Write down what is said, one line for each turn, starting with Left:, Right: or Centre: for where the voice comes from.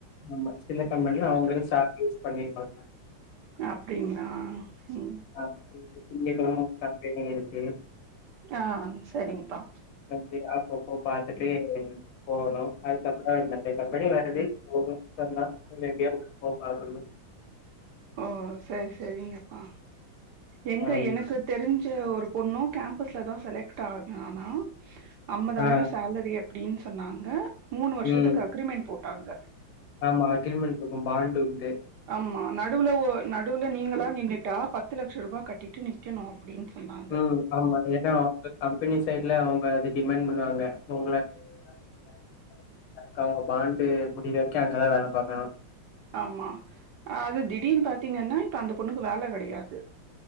Left: ஆமா சின்ன கம்பெனில அவங்களே சாட்லிஸ்ட் பண்ணிருப்பாங்க
Right: அப்டிங்ளா ம்
Left: ஆமா இன்னிக்கு திங்க கெழம கம்பெனி இருக்கு
Right: ஆ சரிங்ப்பா
Left: இது அப்பப்போ பாத்துட்டே <unintelligible> போகணு அதுகப்பறோ நறைய கம்பெனி வருது போகனுந்தா <unintelligible> போட்டாகனு
Right: ஓ செரி செரிங்கப்பா எங்க
Left: ஆமா
Right: எனக்கு தெரிஞ்ச ஒரு பொண்ணூ கேம்பஸ்ல தா செலக்ட் ஆகுனானா அம்பதாயிரோ
Left: ஆ
Right: சேலரி அப்டின்னு சொன்னாங்க மூணு வருஷத்துக்கு
Left: ம்
Right: அக்ரிமென்ட் போட்டாங்க
Left: ஆமா ஆகிரிமெண்டருக்கு பாண்டு உண்டு
Right: ஆமா நடுவுல நடுவுல நீங்களா நின்னுட்டா பத்து லட்சோ ரூபாயன கட்டிட்டு நிக்கணு அப்டின்னு சொன்னாங்க
Left: ம். ஆமா ஏனா அவங்க கம்பெனி சைட்ல அவங்க அது டிமாண் பண்ணுவாங்க உங்கள நாளைக்தா வேலக்கி எடுப்பார் எனக்கு அவுங்க பாண்டு முடிற வரைக்கு அங்கதா வேல பாக்கணு
Right: ஆமா அது திடீனு பாத்தீங்கன்னா இப்ப அந்த பொண்ணுக்கு வேல கெடையாது